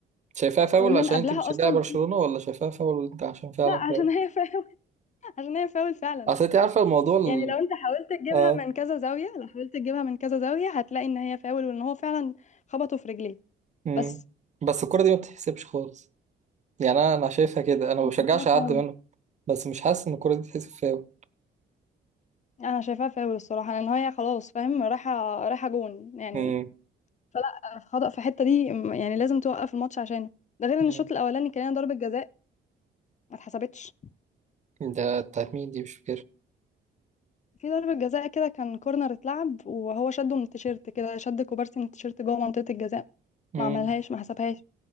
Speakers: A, on the right; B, on the left.
A: شايفاها فاول
B: ومن
A: عشان
B: قبلها
A: انت بتشجعي
B: اصلا
A: برشلونة ولا شايفاها فاول انت عشان فعلا
B: لا عشان
A: فاول
B: هي فاول <laughs> عشان هي فاول فعلا
A: اصل انت عارفة الموضوع ال...
B: يعني لو انت حاولت تجيبها
A: اه
B: من كذا زاويه لو حاولت تجيبها من كذا زاويه هتلاقي ان هي فاول وان هو فعلا خبطه في رجليه
A: امم
B: بس
A: بس الكرة دي ما بتتحسبش خالص يعني انا انا شايفها كده انا ما
B: أنا
A: بشجعش
B: شايفاها
A: حد
B: فاول
A: منهم بس مش حاسس ان الكرة دي تتحسب فاول
B: انا شايفاها فاول الصراحه لان هي خلاص فاهم رايحه رايحه جون يعني
A: امم
B: فلا خطأ في الحته دي م- يعني لازم توقف الماتش عشانه ده غير
A: أمم.
B: ان الشوط الاولاني كان لنا ضربه جزاء ما اتحسبتش
A: ده بتاعت مين دي مش
B: في ضربة جزاء كده كان كورنر اتلعب وهو شده من التيشيرت كده شد كوبارسي من التيشيرت جوه منطقة الجزاء
A: فاكر
B: ما عملهاش ما حسبهاش